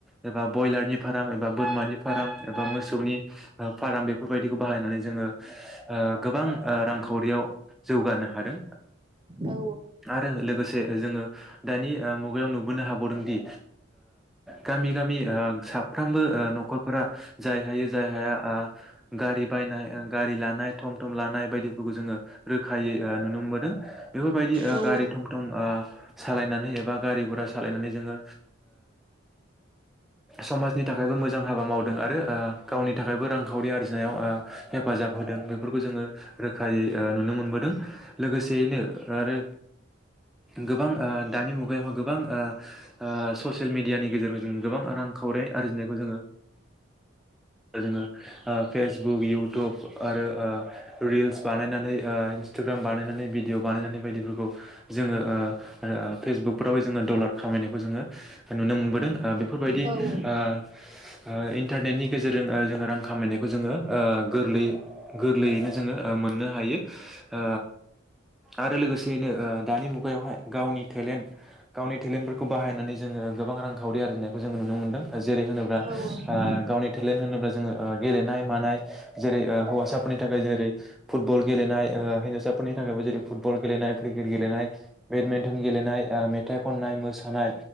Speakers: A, in the centre; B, on the right (about 25°).
A: एबा ब्रयलारनि फार्म एबा बोरमानि फार्म एबा मोसौनि फार्म बे फोरबायदिखौ बाहायनानै जोङो गोबां रांखावरियाव जौगानो हादों।
B: औ
A: आरो लोगोसे जोङो दानि मुगायाव नु बोनो हाबावदोंदि, गामि गामि साफ्रोमबो न'खरफोरा जाय हाय जाय हाया गारि बायनाय गारि लानाय थम थम लानाय बायदिफोरखौ जोङो रोखायै नुनो मोनदों। बेफोरबायदि
B: औ
A: गारि थम थम अ सालायनानै एबा गारि गुरा सालायनानै जोङो, समाजनि थाखायबो मोजां हाबा मावदों। आरो गावनि थाखायबो रांखावरि आरजिनायाव हेफाजाब होदों बेफोरखौ जोङो रोखायै नुनो मोनबोदों। लोगोसेयैनो आरो गोबां दानि मुगायाव गोबां अ अ ससियेल मेडियानि गेजेरजों जों गोबां रांखावरि आरजिनायखौ जोङो जोङो फेसबुक इउटुब आरो रिल्स बानायनानै इन्सटाग्राम बानायनानै भिडिअ बानायनानै बायदिफोरखौ जोङो अ अ फेसबुकफ्राव जोङो डलार खामायनायखौ जोङो नुनो मोनदों। फोरबायदि
B: औ
A: ओ-ओ इन्टारनेनि। गेजेरजों ओ जोङो रां खामायनायखौ जोङो ओ गोरलैयै गोरलैयैनो जोङो ओ मोननो हायो ओ आरो लोगोसेयैनो ओ दानि मुगायावहाय गावनि टेलेन्ट। गावनि टेलेन्टफोरखौ बाहायनानै जोङो गोबां रांखावरि आरजिनायखौ जों नुनो मोनदों। जेरै होनोब्ला ओ
B: औ
A: गावनि टेलेन्ट होनोब्ला जोङो ओ गेलेनाय मानाय जेरै- ओ हौवासाफोरनि थाखाय जेरै- फुटबल गेलेनाय ओ हिनजावसाफोरनि थाखायबो जेरै- फुटबल गेलेनाय क्रिकेट गेलेनाय बेडमिन्टन गेलेनाय ओ मेथाइ खननाय मोसानाय